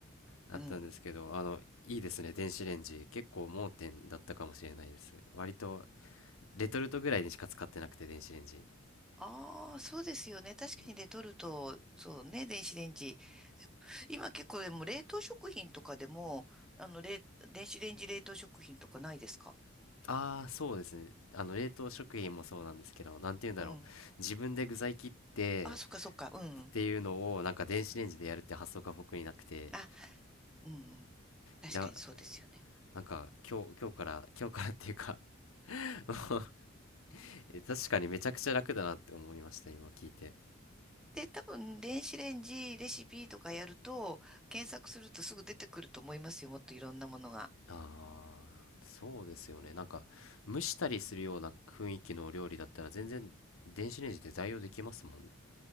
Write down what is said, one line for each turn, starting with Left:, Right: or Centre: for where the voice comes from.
Left: あったんですけどあのいいですね電子レンジ結構盲点だったかもしれないです割と
Centre: うん。
Left: レトルトぐらいにしか使ってなくて電子レンジ、
Centre: ああ、そうですよね。確かにレトルト、
Left: うん
Centre: そうね、電子レンジ。今結構でも冷凍食品とかでも、あの、冷、電子レンジ冷凍食品とかないですか
Left: ああ、そうですね。あの、冷凍食品もそうなんですけど、なんて言うんだろう。
Centre: うん。
Left: 自分で具材切って
Centre: あ、そっかそっか。うん。
Left: っていうのを、なんか電子レンジでやるって発想が僕になくて、
Centre: あ、うんうん。確かにそうですよね。
Left: いや、なんか今日、今日から、今日からっていうか <laughs> え確かにめちゃくちゃ楽だなって思いました、今聞いて。
Centre: で、多分、電子レンジレシピとかやると、検索するとすぐ出てくると思いますよ。もっといろんなものが。
Left: ああ、そうですよね。なんか、蒸したりするような雰囲気のお料理だったら、全然電子レンジで代用できますもんね。